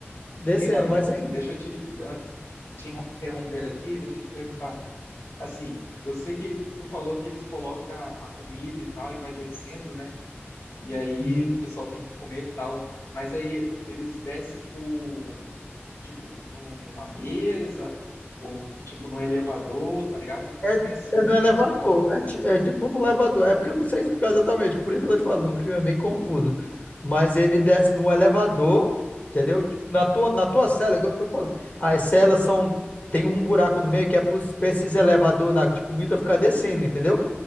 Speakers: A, on the left (about 35°); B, on the left (about 70°).
A: Descendo
B: ei mano,
A: mais ainda.
B: deixa eu te, ah, te enro- interrompendo aqui, deixa eu te perguntar. Assim, eu sei que tu falou que eles colocam a comida e tal e vai descendo, né? E aí
A: Uhum.
B: o pessoal tem que comer e tal. Mas aí eles descem por, tipo, num- numa mesa ou, tipo, num elevador, tá ligado?
A: É,
B: Mas eu
A: é
B: não
A: no
B: entendi.
A: elevador. É, ti- é tipo no elevador. É porque eu não sei explicar exatamente. Por isso que eu tô te falando. O filme é bem confuso. Mas ele desce no elevador, entendeu? Tipo, Na tua, na tua cela, igual eu tô falando. As celas são. Tem um buraco no meio que é pros- pra esses elevador na- de comida ficar descendo, entendeu?